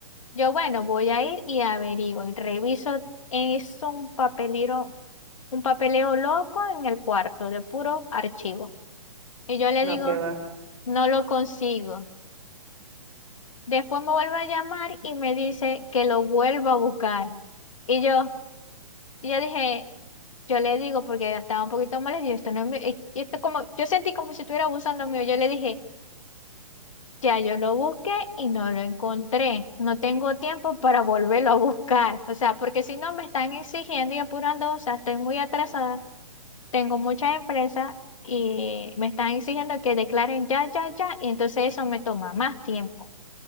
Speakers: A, on the left; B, on the right.
A: Yo, bueno, voy a ir y averiguo y reviso. Es un papelero, un papeleo loco en el cuarto de puro archivo. Y yo le
B: No,
A: digo,
B: qué va.
A: no lo consigo. Después me vuelve a llamar y me dice que lo vuelva a buscar. Y yo, y yo dije, yo le digo, porque estaba un poquito molesta, y esto no es mi- eh, y esto como, yo sentí como si estuviera abusando mío. Yo le dije, Ya yo lo busqué y no lo encontré. No tengo tiempo para volverlo a buscar. O sea, porque si no me están exigiendo y apurando, o sea, estoy muy atrasada. Tengo muchas empresas y me están exigiendo que declaren ya, ya, ya. Y entonces eso me toma más tiempo.